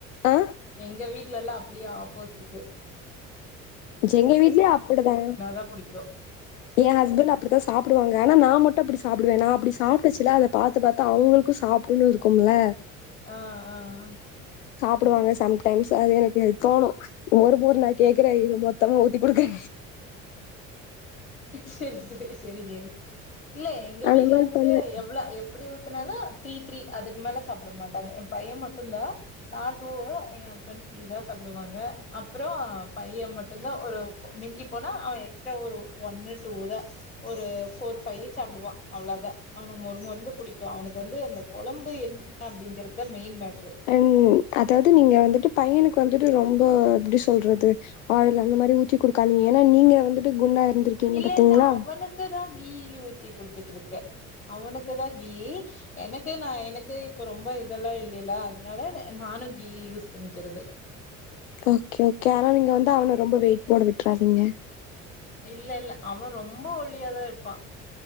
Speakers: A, on the left; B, on the left.
A: ஆ
B: எங்க வீட்லல்லாம் அப்டியா போத்திட்டு
A: எங்க வீட்லயூ அப்டிதா
B: தான் புடிக்கும்.
A: என் ஹஸ்பண்ட் அப்டிதா சாப் சாப்டுவாங்க ஆனா நா மட்டு அப்டி சாப்டுவே நா அப்டி சாப்டுச்சல அத பாத்து பாத்து அவுங்களுக்கும் சாப்டுனும்ன்னு இருக்கும்ல
B: ஆஹ் ஆஹ்
A: சாப்டுவாங்க சம்டைம்ஸ் அது எனக்கு தோணு மொறு மொறு நா கேக்குற மொத்தமா ஊத்திக் குடுக்குற
B: செரி செரி செரி செரி இல்ல எங்க
A: அந்த
B: வீட்ல
A: மாரி
B: வந்து
A: பண்ணுவேன்.
B: எவ்ளோ எப்டி ஊத்துனாலு த்ரீ த்ரீ அதுக்கு மேல சாப்ட மாட்டாங்க என் பையன் மட்டும் தா நா டூ என் ஹஸ்பண்ட் த்ரீ தா சாப்டுவாங்க அப்புறோ பையன் மட்டும் தா ஒரு மிஞ்சி போனா அவே எக்ஸ்ட்ரா ஒரு ஒன்னு டூ தா ஒரு ஃபோர் ஃபைவ்வு சாப்டுவா அவ்ளோ தா அவனுக்கு மொறு மொறுனு புடிக்கோ அவுனுக்கு வந்து அந்த கொழம்பு என்ன அப்டிங்கிறதுதா மெயின் மேட்
A: அன் அதாது நீங்க வந்துட்டு பையனுக்கு வந்துட்டு ரொம்ப எப்டி சொல்றது ஆயில் அந்த மாரி ஊத்தி குடுக்காதீங்க ஏன்னா நீங்க வந்துட்டு குண்டா இருந்திருக்கீங்க
B: இல்ல
A: பாத்தீங்களா?
B: இல்ல அவனுக்கு தா கீயி ஊத்தி குடுத்துட்டு இருக்கே அவனுக்குதா கீ எனக்கு நா எனக்கு இப்ப ரொம்ப இதெல்லா இல்லல அதுனால நானும் கீ யூஸ் பண்ணிக்கிறது
A: ஓகே ஓகே ஆனா நீங்க வந்து அவன ரொம்ப வெயிட் போட விட்றாதீங்க.
B: இல்ல இல்ல அவன் ரொம்போ ஒள்ளியாதா இருப்பான்